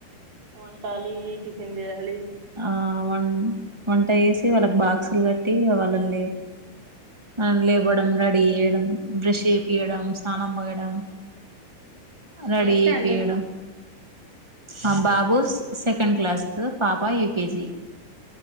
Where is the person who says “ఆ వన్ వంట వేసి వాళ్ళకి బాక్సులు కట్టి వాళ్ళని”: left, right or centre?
Right